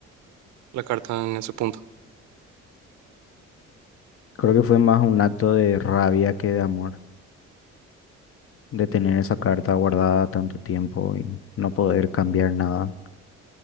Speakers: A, on the right (about 70°); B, on the left (about 45°).
A: la carta en ese punto?
B: Creo que fue más un acto de rabia que de amor, de tener esa carta guardada tanto tiempo y no poder cambiar nada.